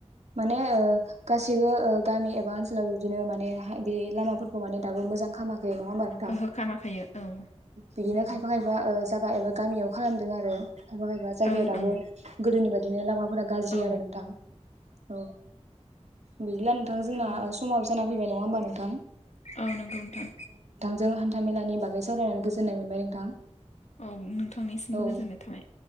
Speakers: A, on the right (about 75°); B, on the left (about 80°).
A: माने गासिबो गामि नि एबा ओनसोलाव बिदिनो माने ह बे लामाफोरखौ माने दो मोजां खालामाखै नङा होमबा नोंथां
B: ओहो खामाखायो औ
A: बिदिनो
B: नंगौ
A: खायफा खायफा जागा एबा गामियाव खालामदों आरो खायफा खायफा जायगायाव
B: ओं
A: दाबो
B: ओं
A: गोदोनि बायदिनो लामाफोर गाज्रि
B: औ
A: आरो दां औ बिदिला नोंथां जोंना
B: औ
A: समाब जाना फैबाय नङा होमबा नोंथां
B: औ नोंगौ नोंथां
A: जों हान्था मेलानि बागै सावरायनानै गोजोननाय मोनबाय नोंथां
B: औ नोंथांनिसिमबो
A: औ
B: गोजोननाय थाबाय